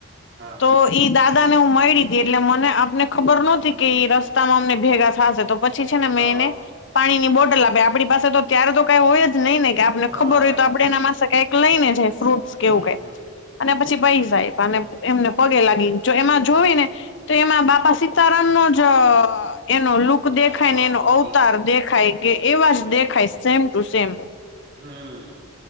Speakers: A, on the right (about 50°); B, on the left (about 55°).
A: હા,
B: તો ઈ દાદા ને હું મળડી હતી એટલે મને આપને ખબર નહોતી કે ઈ રસ્તામાં અમને ભેગા થશે તો પછી છે ને મેં
A: હા,
B: એને, પાણી ની બોટલ આપે આપણી પાસે તો ત્યારે તો કઈ હોય જ નહી ને કે આપને
A: હા,
B: ખબર હોય
A: સાચી
B: તો આપડે
A: વાત
B: એના
A: ના.
B: માસે કઈક લઈને જાય ફ્રૂટસ કેવું
A: હમ,
B: કઈક.
A: હમ,
B: અને પછી ભાઈ સાહેબ અને એમને પગે લાગી એમાં જોઈ ને. તો એમાં બાપા સીતારામ નો જ એનો લુક
A: અવતાર,
B: દેખાય
A: હા,
B: ને એનો અવતાર
A: હા, દેખાય.
B: દેખ કે એવા જ
A: હમ,
B: દેખાય સેમ ટુ સેમ.
A: હમ.